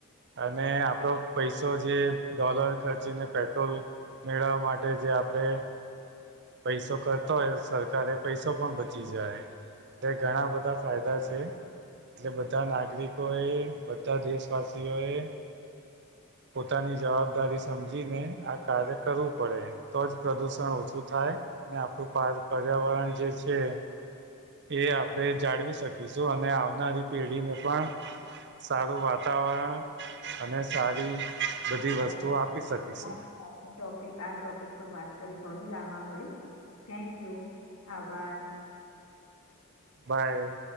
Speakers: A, on the right (about 50°); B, on the left (about 85°).
A: અને આપડો પૈસા તો જે ડોલર ખર્ચીને પેટ્રોલ મેળવવા માટે જે આપણે પૈસો કરતો હોય સરકારે પૈસો પણ બચી જાય એટલે ઘણા બધા ફાયદા છે એટલે બધા નાગરિકો એ બધા દેશવાસીઓ એ પોતાની જવાબદારી સમજીને આ કાર્ય કરવું પડે તો જ પ્રદુષણ ઓછું થાય અને આપણું પ‌ પર્યાવરણ જે છે એ આપણે જાળવી શકીશું અને આવનારી પેઢીને પણ સારું વાતાવરણ અને સારી બધી
B: હ
A: વસ્તુઓ આપી શકીશું
B: તમારી સાથે ટોપિક આ ટોપિક પર વાત કરી ઘણું જાણવા મળ્યું થેન્ક યુ આભાર
A: બાય